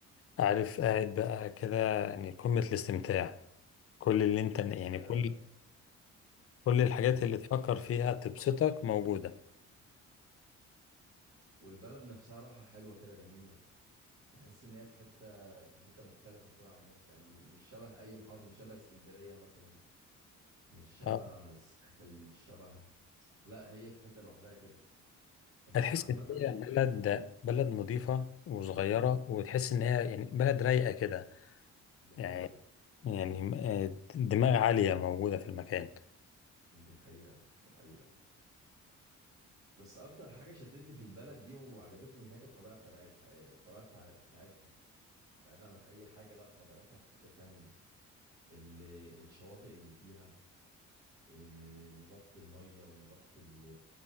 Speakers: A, on the left; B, on the right.
A: عارف قاعد بقى كده يعني قمة الاستمتاع كل اللي انت يعني
B: هي
A: كل كل الحاجات
B: ال-
A: اللي تفكر فيها تبسطك موجودة
B: والبلد نفسها روحها حلوة كده جميلة تحس إن هي في حتة في حتة مختلفة شوية عن مصر يعني م- مش شبه أي محافظة مش شبه اسكندرية مثلا مش شبه
A: اه
B: الساحل مش شبه لا هي في حتة لوحدها كده بس
A: هتحس
B: عامة
A: ان هي
B: أكتر-
A: بلد بلد نظيفه وصغيره وتحس ان هي يعني بلد رايقه كده
B: دي
A: يعني
B: حقيقة
A: يعني م- آه، دماغ عاليه موجوده في المكان
B: دي حقيقة دي حقيقة بس أكتر حاجة شدتني في البلد دي وعجبتني هناك الطبيعة بتاعتها آه، الطبيعة بتاع... بتاعتها بعيدا عن أي حاجة لا طبيعتها في حتة تانية ال... الشواطئ اللي فيها آه، نظافة المية ونظافة ال...